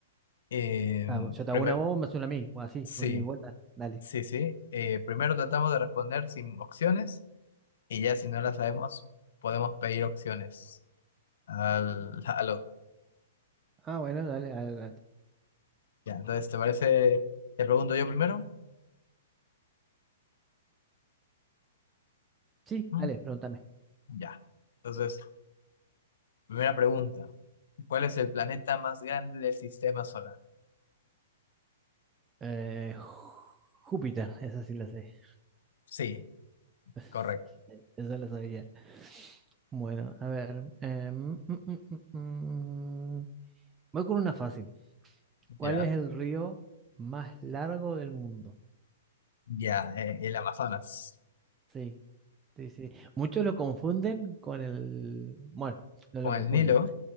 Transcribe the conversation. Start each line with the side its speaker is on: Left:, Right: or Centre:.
Left: Eh,
Right: Ah, vos- yo te
Left: primer-
Right: hago una bomba, me haces una a mí, o así,
Left: sí,
Right: voy de vuelta. Dale.
Left: sí, sí. Eh, primero tratamos de responder sin opciones y ya si no las sabemos, podemos pedir opciones al, <laughs> al otro.
Right: Ah, bueno, dale, adelante.
Left: Ya, entonces, ¿te parece? ¿Te pregunto yo primero?
Right: Sí,
Left: Ujú,
Right: dale, pregúntame.
Left: ya. Entonces, primera pregunta. ¿Cuál es el planeta más grande del sistema solar?
Right: Eh, Júpiter, esa sí la sé.
Left: Sí,
Right: <laughs>
Left: correcto.
Right: Esa la sabía. Bueno, a ver. em, mm, mm, mm, mm. Voy con una fácil. ¿Cuál
Left: Ya,
Right: es el río más largo del mundo?
Left: ya, eh, el Amazonas.
Right: Sí, sí, sí. Muchos lo confunden con el... Bueno, no
Left: Con
Right: lo
Left: el
Right: confunden.
Left: Nilo,